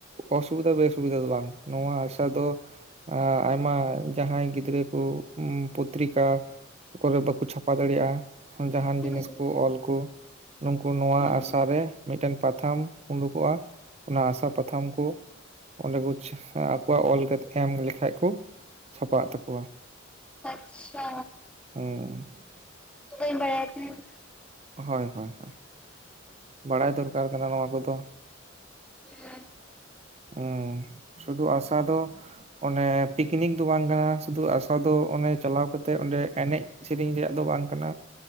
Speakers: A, on the right; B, in the centre.
A: ᱚᱥᱩᱵᱤᱫᱷᱟ ᱵᱥᱩᱵᱤᱫᱟ ᱫᱚ ᱵᱟᱝ ᱱᱚᱣᱟ ᱟᱥᱟ ᱫᱚ ᱟᱭᱢᱟ ᱡᱟᱦᱟᱸᱭ ᱜᱮ ᱜᱤᱫᱽᱨᱟᱹ ᱠᱚ ᱯᱚᱛᱨᱤᱠᱟ ᱠᱚᱨᱮ ᱵᱟᱠᱚ ᱪᱷᱟᱯᱟ ᱫᱟᱲᱮᱭᱟᱜᱼᱟ ᱡᱟᱦᱟᱱ
B: ᱦᱩᱸ
A: ᱡᱤᱱᱤᱥᱠᱩ ᱚᱞᱠᱩ ᱱᱩᱠᱩ ᱱᱚᱣᱟ
B: ᱦᱩᱸ
A: ᱟᱥᱟᱨᱮ ᱢᱤᱫᱴᱮᱱ ᱯᱟᱛᱷᱟᱢ ᱩᱰᱩᱠᱚᱜᱼᱟ ᱚᱱᱟ ᱦᱥᱟ ᱯᱟᱛᱷᱟᱢ ᱠᱚ ᱚᱸᱰᱮ ᱠᱚ <unintelligible> ᱟᱠᱚᱣᱟᱜ ᱚᱞ ᱠᱟᱛᱮ ᱮᱢ ᱞᱮᱠᱷᱟᱡ ᱠᱚ ᱪᱷᱟᱯᱟᱜ ᱛᱟᱠᱚᱣᱟ᱾
B: ᱟᱪᱪᱷᱟ
A: ᱦᱩᱸ
B: ᱵᱟᱧ ᱵᱟᱰᱟᱭ ᱛᱟᱦᱮᱱ <unintelligible>
A: ᱦᱚᱭ ᱦᱚᱭ ᱦᱚᱭ ᱵᱟᱲᱟᱭ ᱫᱚᱨᱠᱟᱨ ᱠᱟᱱᱟ ᱱᱚᱣᱟ ᱠᱚᱫᱚ
B: <inaudible>
A: ᱦᱩᱸ ᱥᱩᱫᱩ ᱟᱥᱟ ᱫᱚ ᱚᱱᱮ ᱯᱤᱠᱱᱤᱠ ᱫᱚ ᱵᱟᱝ ᱠᱟᱱᱟ ᱥᱩᱫᱩ ᱟᱥᱟ ᱫᱚ ᱚᱱᱮ ᱪᱟᱞᱟᱣ ᱠᱟᱛᱮᱜ ᱚᱸᱰᱮ ᱮᱱᱮᱡ ᱥᱮᱨᱮᱧ ᱨᱮᱭᱟᱜ ᱫᱚ ᱵᱟᱝ ᱠᱟᱱᱟ